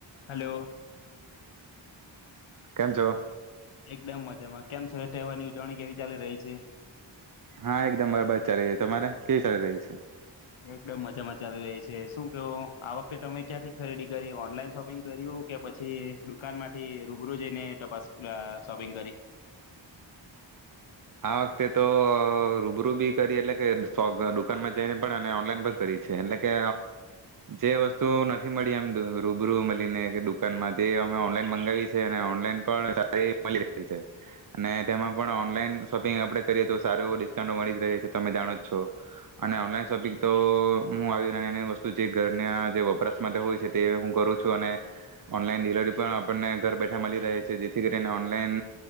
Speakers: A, on the left; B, on the right.
A: Hello.
B: કેમ છો?
A: એકદમ મજામાં કેમ છેઠવાની ઉજવણી કેવી ચાલી રહી છે.
B: હા એકદમ બરાબદ ચાલી રહી છે તમારે કેવી ચાલી રહી છે.
A: દમ મજામાં ચાલી રહી છે શું કેવો આ વખતે તમે ક્યાંથી ખરીદી કરી ઓનલાઈન શોપિંગ કર્યું કે પછી દુકાનમાંથી રૂબરૂ જઈને તપાસ શોપિંગ કરી
B: આ વખતે તો રૂબરૂ બી કરી એટલે કે દુકાનમાં જઈને પણ ઓનલાઈન પણ કરી છે એટલે કે જે વસ્તુ નથી મળી એમ રૂબરૂ મળીને દુકાનમાં તે અમે ઓનલાઈન મંગાવી છે અને ઓનલાઈન પણ છે અને તેમાં પણ ઓનલાઈન શોપિંગ આપડે કરીએ તો સારો એવો ડિસ્કાઉન્ટ મળી જ રહે છે તમે જાણો જ છો અને ઓનલાઈન ભ તો હું નાની નાની વસ્તુ જે ઘરના જે વપરાશ માટે હોય છે તે હું કરું છું અને ઓનલાઈન ડિલિવરી પણ આપણને ઘર મળી રહે છે જેથી કરીને ઓનલાઈન